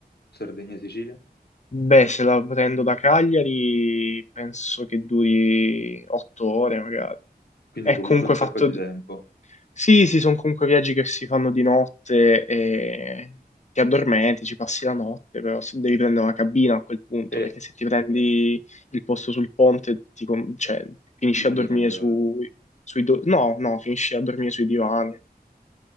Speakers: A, on the left (about 75°); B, on the left (about 45°).
A: Sardegna-Sicilia,
B: Beh, se la prendo da Cagliari penso che duri otto ore magari.
A: quindi
B: È
A: comunque
B: comunque
A: un sacco
B: fatto...
A: di
B: di-
A: tempo.
B: Sì, sì, sono comunque viaggi che si fanno di notte e ti addormenti, ci passi la notte, però se devi prendere una cabina a quel punto,
A: E
B: perché se ti prendi il posto sul ponte, ti com- cioè, finisci
A: muri
B: a dormire
A: congelato.
B: su- sui... do- No, no, finisci a dormire sui divani.